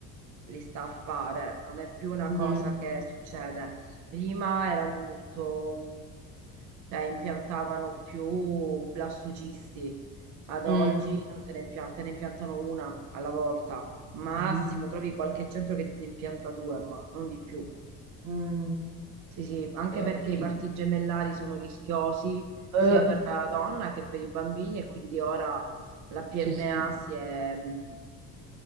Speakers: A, on the right; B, on the right.
A: li sta a fare, non è più una
B: Mm,
A: cosa che succede. Prima era molto, mm, cioè impiantavano più blastocisti, ad
B: mm,
A: oggi non te ne impiantano, te ne impiantano una alla volta, massimo
B: mm,
A: trovi qualche centro che te ne impianta due, ma non di più.
B: mm,
A: Sì, sì, anche
B: che
A: perché
B: pizza.
A: i parti gemellari sono rischiosi
B: Eh,
A: sia per la donna che per i bambini e quindi ora la PMA
B: sì, sì.
A: si è, mh,